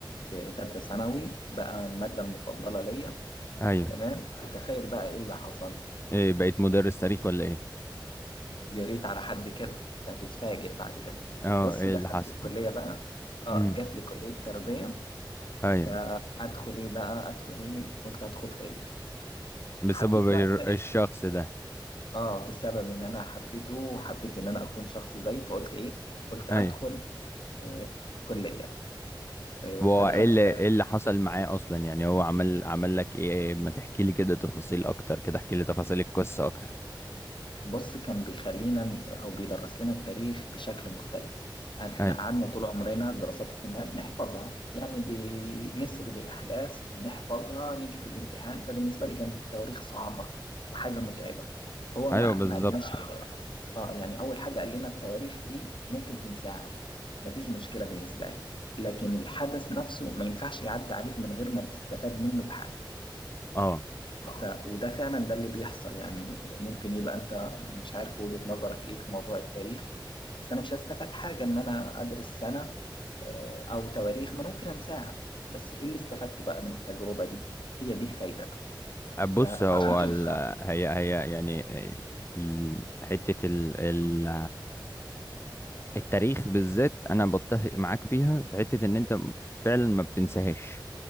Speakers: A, on the left; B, on the left.
A: في ثالثة ثانوي بقى المادة المفضلة ليا
B: ايوه
A: تمام وتخيل بقى ايه اللي حصل
B: ايه بقيت مدرس تاريخ ولا ايه
A: يا ريت على حد كده انت هتتفاجئ بعد كده
B: اه
A: بص
B: ايه
A: دخلت
B: اللي حصل
A: الكلية بقى اه
B: امم
A: جات لي كلية تربية
B: ايوه
A: فادخل ايه بقى ادخل ايه قلت ادخل تاريخ
B: بسبب
A: حبيت بقى
B: الر-
A: التاريخ
B: الشخص ده
A: اه بسبب ان انا حبيته وحبيت ان انا اكون شخص زيه فقلت ايه قلت ادخل
B: ايوه
A: آه، كلية بقى. آه،
B: هو
A: فدخلت
B: ايه اللي ايه اللي حصل معاه اصلا يعني هو عمل عمل لك ايه ما تحكي لي كده تفاصيل اكتر كده احكي لي تفاصيل القصة اكتر
A: بص كان بيخلينا او بيدرس لنا التاريخ بشكل مختلف يعني احنا
B: ايوه
A: قعدنا طول عمرنا دراسات اجتماعيه بنحفظها يعني بنسرد الاحداث نحفظها نيجي في الامتحان فبالنسبه لي كانت التواريخ صعبه وحاجه متعبه هو
B: ايوه
A: ما
B: بالظبط
A: ما قالناش كده يعني اه يعني اول حاجه قال لنا التواريخ دي ممكن تنساها مفيش مشكله بالنسبه لي لكن الحدث نفسه ما ينفعش يعدي عليك من غير ما تستفاد منه بحاجه
B: اه
A: ف... وده فعلا ده اللي بيحصل يعني ممكن يبقى انت مش عارف وجهة نظرك ايه في موضوع التاريخ بس انا مش هستفاد حاجة ان انا ادرس سنة آه، او تواريخ ما أنا ممكن انساها بس ايه اللي استفدته بقى من التجربة دي هي دي الفايدة
B: بص
A: ف... فعشان
B: هو
A: كده
B: ال... هي هي يعني ال... حتة ال... ال... التاريخ بالذات انا بتفق معاك فيها في حتة ان انت فعلا ما بتنساهاش